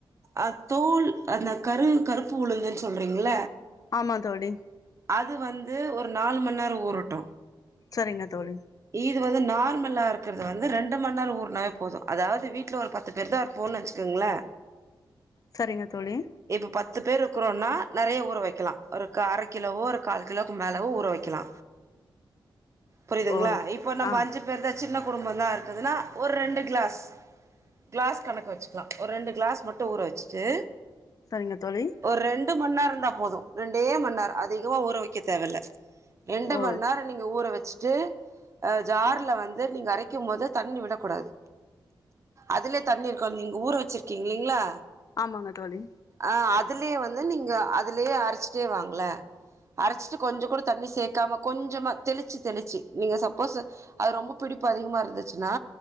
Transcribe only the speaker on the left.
ஆமா தோழி
சரிங்க தோழி
சரிங்க தோழி
ஓ
ஆ
சரிங்க தோழி
ஓ
ஆமாங்க தோழி